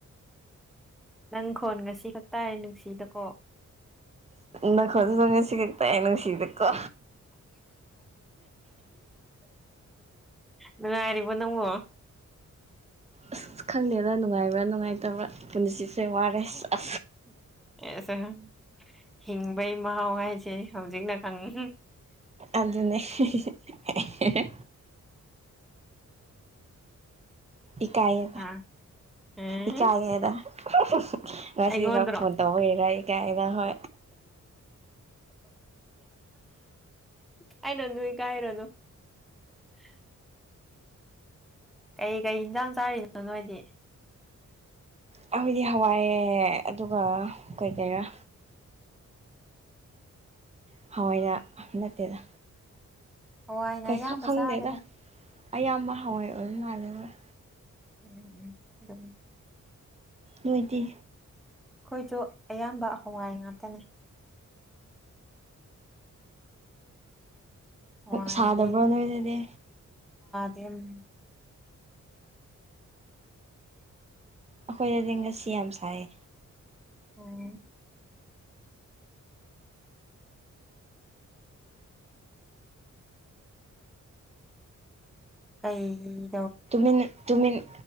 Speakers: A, in the centre; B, on the right.
A: ꯅꯪ ꯈꯣꯟꯒꯁꯤ ꯈꯛ ꯇꯥꯔꯦ ꯅꯨꯡꯁꯤꯗꯀꯣ
B: ꯅ ꯈꯣꯖ ꯁꯤꯛꯇꯅ ꯁꯤ <unintelligible> ꯀ
A: ꯅꯨꯡꯉꯥꯏꯔꯤꯕꯣ ꯅꯪꯕꯣ
B: ꯑꯁ ꯈꯪꯗꯦꯗ ꯅꯨꯡꯉꯥꯏꯕ꯭ꯔꯥ ꯅꯨꯡꯉꯥꯏꯇꯕ꯭ꯔꯥ ꯄꯨꯟꯁꯤꯁꯦ ꯋꯥꯔꯦ ꯑꯁ
A: ꯑꯦꯁ ꯍꯤꯡꯕꯩ ꯃꯍꯥꯎ ꯍꯥꯏꯁꯦ ꯍꯧꯖꯤꯛꯅ ꯈꯪꯉꯤ
B: ꯑꯗꯨꯅꯦ <inaudible> ꯏꯀꯥꯏꯌꯦ
A: ꯅꯍꯥꯟ ꯎꯝ
B: ꯏꯀꯥꯏꯌꯦꯕ ꯑ <inaudible> ꯉꯁꯤꯈꯛ
A: ꯑꯩꯉꯣꯟꯗ꯭ꯔꯣ
B: ꯐꯣꯟ ꯇꯧꯕꯔ ꯑꯩ ꯀꯥꯏꯅꯥ ꯍ
A: ꯀꯥꯏꯅ ꯀꯥꯏ ꯔꯅꯣ <inaudible> ꯀꯩ ꯀꯩ ꯏꯟꯖꯥꯡ ꯆꯥꯔꯤꯅꯣ ꯅꯣꯏꯗꯤ
B: ꯑꯩꯈꯣꯏꯗꯤ ꯍꯋꯥꯏ ꯑꯗꯨꯒ ꯀꯩꯀꯩꯔꯥ ꯍꯋꯥꯏꯒ ꯅꯠꯇꯦꯗ
A: ꯍꯋꯥꯏꯅ
B: ꯀꯩꯈꯛ
A: ꯑꯌꯥꯝꯕ
B: ꯈꯪꯗꯦꯗ
A: ꯆꯥꯔꯦꯗ
B: ꯑꯌꯥꯝꯕ ꯍꯋꯥꯏ ꯑꯣꯏꯕ ꯃꯥꯜꯂꯦꯕꯣꯏ
A: ꯎꯝ ꯑꯗꯨꯝ
B: ꯅꯣꯏꯗꯤ
A: ꯑꯩꯈꯣꯏꯁꯨ ꯑꯌꯥꯝꯕ ꯍꯋꯥꯏ ꯉꯥꯛꯇꯅꯤ ꯍꯋꯥꯏꯗꯩ
B: ꯁꯥꯗꯕ꯭ꯔꯣ ꯅꯣꯏ ꯑꯗꯨꯗꯤ
A: ꯇꯦꯝ
B: ꯑꯩꯈꯣꯏꯗꯗꯤ ꯉꯁꯤ ꯌꯥꯝ ꯁꯥꯏꯌꯦ
A: ꯎꯝ꯫ ꯀꯩꯒꯤ
B: ꯇꯨꯃꯤꯟ ꯇꯨꯃꯤꯟ